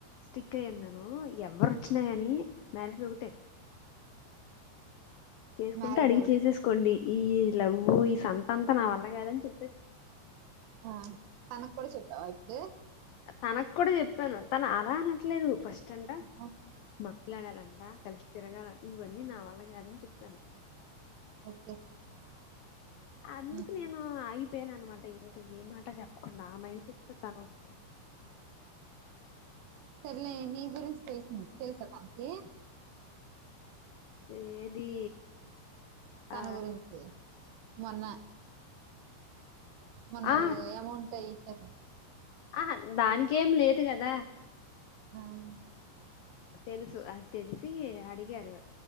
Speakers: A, on the left (about 85°); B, on the right (about 80°).
A: స్టిక్ అయన్నాను ఎవరు వచ్చినా గాని మ్యారేజ్ ఒకటే చేసుకుంటే
B: మ్యారేజ్
A: అడిగి
B: ఒకటే.
A: చేసేసుకోండి ఈ లవ్వు ఈ సంత అంతా నా వల్ల కాదని చె
B: ఆ తన కూడా చే ఊ
A: తనకు కూడా చెప్పాను తన అరాన లేదు ఫస్ట్ అంట
B: ఆ!
A: మాట్లాడాలండి కలిసి తిరగాల ఇవన్నీ నా వల్ల కాదని చెప్తాను
B: ఓకే
A: అందుకు
B: హ్మ్.
A: నేను అగిపోయాన అనమాట అ ఏ మాట చెప్పకుండా ఆ మైండ్ సెట్ త చనువు
B: సర్లే నీ గురించి తెలుసా మాకి
A: ఏది
B: తన
A: ఆ
B: గురించి మొన్న మొన్న
A: ఆ
B: అమౌంట్ ఏయి సక్కం
A: ఆ దానికేం లేదు కదా
B: మ్మ్
A: తెలుసు అది తెలిసి అడిగారు.